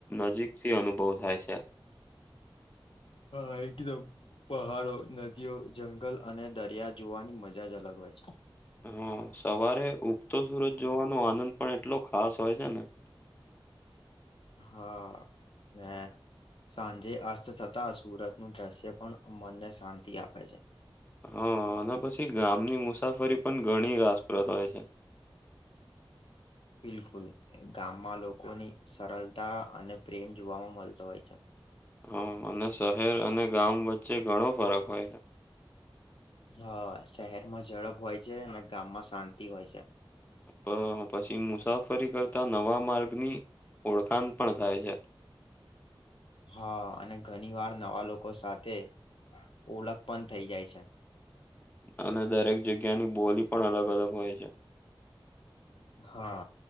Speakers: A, on the left; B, on the left.
A: નજીકથી અનુભવ થાય છે.
B: હા એટી તો પહાડો, નદીઓ, જંગલ અને દરિયા જોવાની મજા જ અલગ હોય છે.
A: હમ્મ, સવારે ઉગતો સુરત જોવાનો આનંદ પણ એટલો ખાસ હોય છે ને.
B: હા ને સાંજે અસ્ત થતાં સુરતનું દ્રશ્ય પણ મનને શાંતિ આપે છે.
A: હા અને પછી ગામની મુસાફરી પણ ઘણી રાસપ્રદ હોય છે.
B: બિલકુલ ગામમાં લોકોની સરલતા અને પ્રેમ જોવામાં મલતો હોય છે.
A: હ અને શહેર અને ગામ વચ્ચે ઘણો ફરક હોય છે.
B: હ શહેરમાં ઝડપ હોય છે ને ગામમાં શાંતિ હોય છે.
A: પ પછી મુસાફરી કરતાં નવા માર્ગની ઓળખાણ પણ થાય છે.
B: હા અને ઘણી વાર નવાં લોકો સાથે ઓલખ પણ થઈ જાય છે.
A: અને દરેક જગ્યાની બોલી પણ અલગ-અલગ હોય છે.
B: હા,